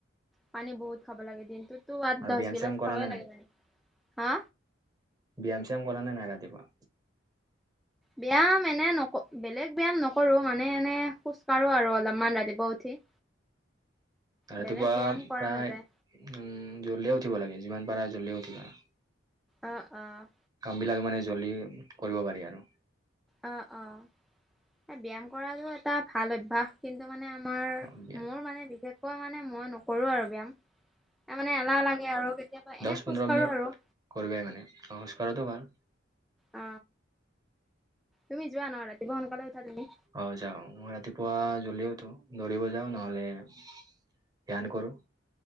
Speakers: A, in the centre; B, on the right.
A: পানী বহুত খাব লাগে দিনটোত। নতো আঠ-
B: আৰু
A: দহ
B: ব্যায়াম
A: গিলাচ
B: চ্যায়াম কৰা
A: খাবই
B: নে
A: লাগে
B: নাই
A: পানী। হা
B: ব্যায়াম চ্যায়াম কৰা নে নাই ৰাতিপুৱা।
A: ব্যায়াম এনে নক বেলেগ ব্যায়াম নকৰো। মানে এনে খোজ কঢ়ো আৰু অলপমান ৰাতিপুৱা উঠি।
B: <unintelligible> ৰাতিপুৱা
A: বেলেগ ব্যায়াম কৰা
B: প্ৰায়
A: নাযায়
B: উম জল্দিয়ে উঠিব লাগে। যিমান পাৰা জল্দিয়ে উঠিবা।
A: অ, অ।
B: কামবিলাক মানে জল্দি কৰিব পাৰি আৰু
A: অঁ, অঁ শে ব্যায়াম কৰাটো এটা ভাল অভ্যাস। কিন্তু মানে আমাৰ
B: অ, ব্যায়াম
A: মোৰ মানে বিশেষকৈ মানে মই নকৰোঁ আৰু ব্যায়াম। তাৰ মানে এলাহ লাগে আৰু কেতিয়াবা
B: দহ
A: এনে
B: পোন্ধৰ
A: খোজ কাঢ়ো
B: মিনিট
A: আৰু।
B: কৰিবাই মানে অ খোজ কঢ়াটো ভাল।
A: অ, তুমি যোৱা নহ ৰাতিপুৱা সোনকালে উঠা তুমি।
B: অ যাওঁ, মই ৰাতিপুৱা জল্দি উঠো দৌৰিব যাওঁ নহলে ধ্যায়ান কৰো।